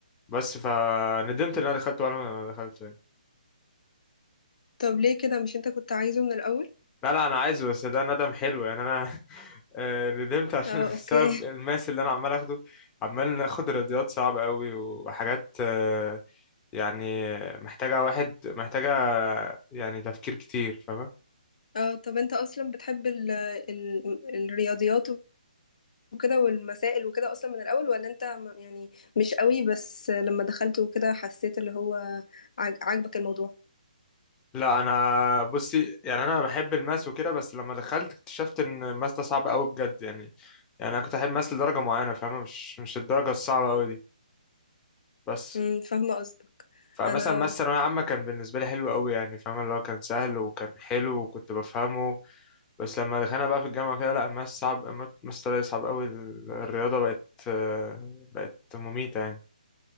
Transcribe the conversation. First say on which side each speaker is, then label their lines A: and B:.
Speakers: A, on the left; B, on the left.
A: بس فندمت ان انا دخلت ولا ما دخلت
B: طب ليه كده مش انت كنت عايزه من الأول؟
A: لا لا انا عايزه بس ده ندم حلو يعني انا <laughs> آه، ندمت عشان
B: اه
A: <laughs> بسبب
B: اوكي
A: الماس اللي انا عمال اخده عمال ناخد رياضيات صعبة قوي وحاجات آه، يعني محتاجة واحد محتاجة يعني تفكير كتير فاهمة
B: <laughs> اه طب انت اصلا بتحب ال ال الرياضيات وكده والمسائل وكده اصلا من الأول ولا انت م- يعني مش قوي بس لما دخلت وكده حسيت اللي هو عاج- عاجبك الموضوع
A: لا انا بصي يعني انا بحب الماس وكده بس لما دخلت اكتشفت ان الماس ده صعب قوي بجد يعني يعني انا كنت احب ماس لدرجة معينة فاهمة مش مش الدرجة الصعبة قوي دي بس
B: امم فاهمة قصدك
A: فمثلا
B: انا
A: ما الثانوية عامة كان بالنسبة لي حلو قوي يعني فاهم اللي هو كان سهل وكان حلو وكنت بفهمه بس لما دخلنا بقى في الجامعة كده لا الماس صعب الماس طلع صعب قوي ال- الرياضة بقت آه، بقت مميتة يعني